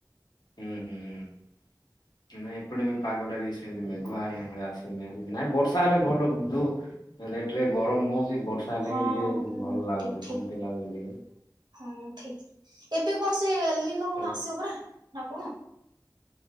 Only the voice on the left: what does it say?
ହୁଁ- ହୁଁ -ହୁଁ ନାଁ ଏପଟେ
ବି ପାଗଟା ବି ସେ ସେମତି ମେଘୁଆ ହେଲା ଭଳିଆ ଅଛି। ନାଇଁ ବର୍ଷା ହେଲେ ଭଲ ଯୋଉ ଯୋଉ ରେଟେରେ ଗରମ ହଉଛି ବର୍ଷା ହେଲେ
ହିଁ ଟିକେ
ଭଲ ଲାଗୁଛି।
ଶାନ୍ତି ଲାଗୁଛି ଟିକେ।
ହଉ।